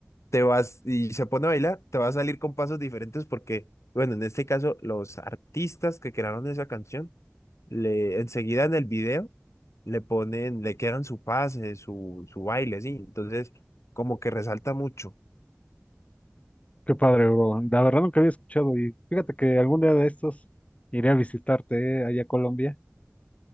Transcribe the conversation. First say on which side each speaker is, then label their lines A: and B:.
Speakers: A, on the left; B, on the left.
A: te vas y se pone a bailar, te va a salir con pasos diferentes porque, bueno, en este caso, los artistas que crearon esa canción, le, enseguida en el video, le ponen, le quedan su pase, su, su baile, sí. Entonces, como que resalta mucho.
B: Qué padre, bro. La verdad nunca había escuchado y fíjate que algún día de estos iré a visitarte, eh, allá a Colombia,